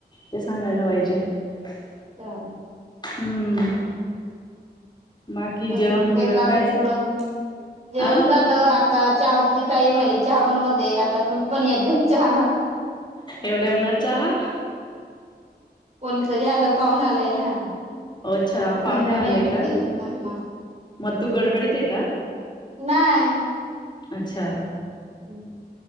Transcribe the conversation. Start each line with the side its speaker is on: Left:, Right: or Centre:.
Left: ते सांगायला. पाहिज. <unintelligible>
Right: चालेल.
Left: हम्म. माकी
Right: अजून
Left: जेवण
Right: काय
Left: बिवण
Right: काम
Left: कायच?
Right: तिकडं जेवण
Left: अ
Right: झालं आ आता चहाची ताईमली चहा पण होते आता तु पण या चहाला
Left: एवढ्या होणार चहा
Right: कोणीतरी आलं पाहून आलंय ना
Left: अच्छा
Right: थंड
Left: पाहुणे
Right: नाही
Left: आलेय
Right: पिते
Left: का
Right: नाही
Left: मग तू गडबडीत आहे का
Right: नाही
Left: अच्छा
Right: हम्म